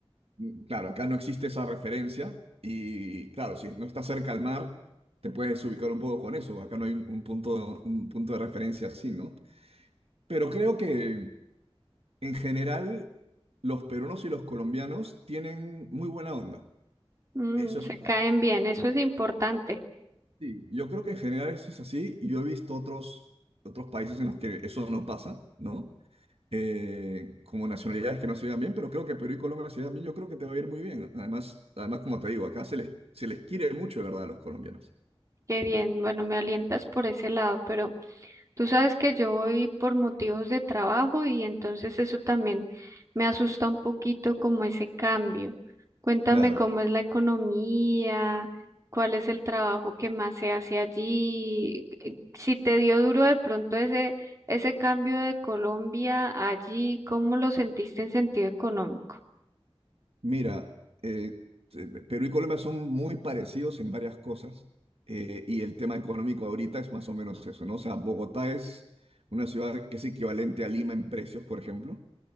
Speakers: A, on the right; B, on the right.
A: Y, Claro, acá no existe esa referencia y claro, si no estás cerca al mar, te puedes ubicar un poco con eso. Acá no hay un, un punto, un punto de referencia así, ¿no? Pero creo que en general los peruanos y los colombianos tienen muy buena onda.
B: Mm,
A: Eso es
B: se
A: una
B: caen bien, eso es importante.
A: Sí, yo creo que en general eso es así y yo he visto otros, otros países en los que eso no pasa, ¿no? Eh, como nacionalidades que no se llevan bien, pero creo que Perú y Colombia se llevan bien, yo creo que te va a ir muy bien. Además, además como te digo, acá se les, se les quiere mucho, de verdad, a los colombianos.
B: Qué bien. Bueno, me alientas por ese lado, pero Tú sabes que yo voy por motivos de trabajo y entonces eso también me asusta un poquito como ese cambio. Cuéntame
A: Claro,
B: cómo es la economía, cuál es el trabajo que más se hace allí, eh, si te dio duro de pronto ese, ese cambio de Colombia allí, ¿cómo lo sentiste en sentido económico?
A: mira, eh, eh, Perú y Colombia son muy parecidos en varias cosas eh, y el tema económico ahorita es más o menos eso, ¿no? O sea, Bogotá es una ciudad que es equivalente a Lima en precios, por ejemplo.